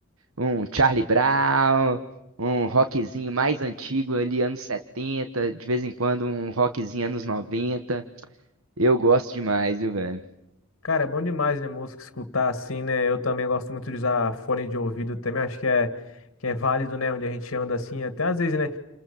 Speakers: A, on the right; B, on the left.
A: um Charlie Brown, um rockzinho mais antigo ali anos 70, de vez em quando um rockzinho anos 90. Eu gosto demais, viu, velho?
B: Cara, é bom demais, né? Música escutar assim, né? Eu também gosto muito de usar fone de ouvido também. Acho que é, que é válido, né? Onde a gente anda assim, até às vezes, né?